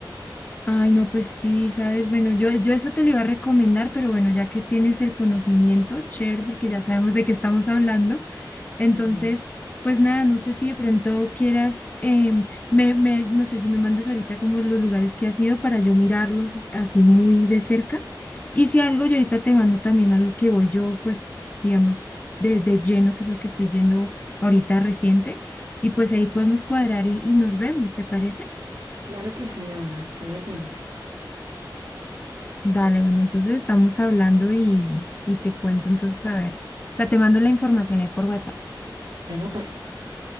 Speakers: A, on the left; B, on the right.
A: Ay, no, pues sí, sabes, bueno, yo, yo eso te lo iba a recomendar, pero bueno, ya que tienes el conocimiento, chévere, porque ya sabemos de qué estamos hablando. Entonces,
B: Ujú.
A: pues nada, no sé si de pronto quieras, em, me, me- no sé si me mandas ahorita como los lugares que has ido para yo mirarlos es- así muy de cerca. Y si algo, yo ahorita te mando también al que voy yo, pues, digamos, de, de lleno, que es el que estoy yendo ahorita reciente. Y pues ahí podemos cuadrar y, y nos vemos, ¿te parece?
B: Claro que sí, de buena, estoy atenta.
A: Dale, bueno, entonces estamos hablando y, y te cuento entonces, a ver. O sea, te mando la información ahí por WhatsApp.
B: Bueno, pues,